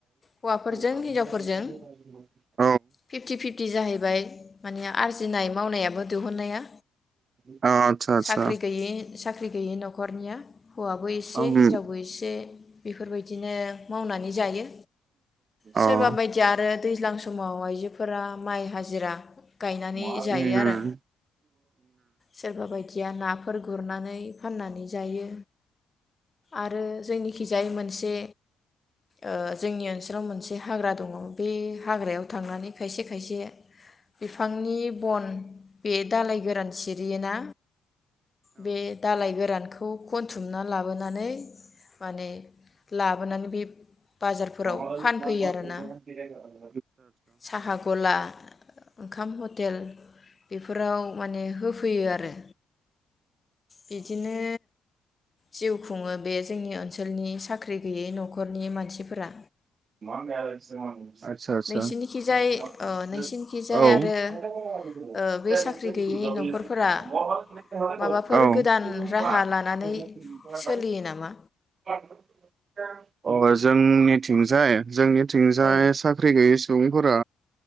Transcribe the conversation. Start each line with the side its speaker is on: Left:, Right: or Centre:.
Left: हौवाफोरजों
Right: <unintelligible>
Left: हिनजावफोरजों फिफ्टि फिफ्टि जाहैबाय माने आरजिनाय मावनायाबो दिहुननाया
Right: आतसा आतसा
Left: साख्रि गैयै साख्रि गैयै नखरनिया हौवाबो एसे
Right: उम
Left: हिनजावबो एसे बेफोरबायदिनो मावनानै जायो सोरबा
Right: अ
Left: बायदिया आरो दैज्लां सम समाव आइजोफोरा माइ हाजिरा गायनानै
Right: आतसा
Left: जायो आरो सोरबा बायदि या नाफोर गुरनानै फाननानै जायो आरो जोंनिखिजायै मोनसे ओ जोंनि ओनसोलाव मोनसे हाग्रा दङ बे हाग्रायाव थांनानै खायसे खायसे बिफांनि बन बे दालाइ गोरान सिरियो ना बे दालाइ गोरान खौ खनथुमना लाबोनानै माने लाबोनानै बे
Right: <unintelligible>
Left: बाजारफोराव फानफैयो आरोना साहा गला ओंखाम हटेल बेफोराव माने होफैयो आरो बिदिनो जिउ खुङो बे जोंनि ओनसोलनि साख्रि गैयै नखरनि मानसिफोरा
Right: <unintelligible> आदसा
Left: नोंसिनिखिजाय ओ नोंसिनिखिजाय आरो
Right: आदसा
Left: ओ बे साख्रि गैयि न'खरफोरा
Right: औ
Left: माबाफोर गोदान राहा लानानै
Right: औ
Left: सोलियो नामा?
Right: अ जोंनि थिंजाय जोंनि थिंजाय
Left: औ
Right: साख्रि गैयै सुबुंफोरा